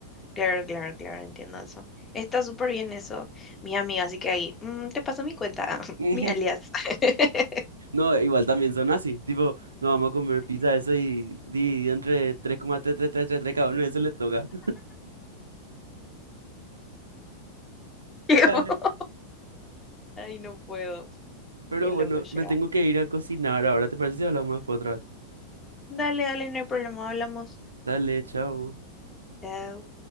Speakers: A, on the left; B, on the right.
A: Claro, claro, claro, entiendo eso. Está súper bien eso, mi amiga, así que ahí, mm, te paso mi cuenta, <laughs>
B: <laughs>
A: mi alias. <laughs>
B: No, igual también son así, tipo, no vamos a comer pizza, eso y dividido entre tres coma tres tres tres tres coma tres cada uno, eso le toca.
A: Qué
B: <laughs>
A: bo- Ay, no puedo.
B: Pero
A: Qué loco
B: bueno,
A: será.
B: me tengo que ir a cocinar ahora, ¿te parece si hablamos después otra vez?
A: Dale, dale, no hay problema, hablamos.
B: Dale, chao.
A: Chao.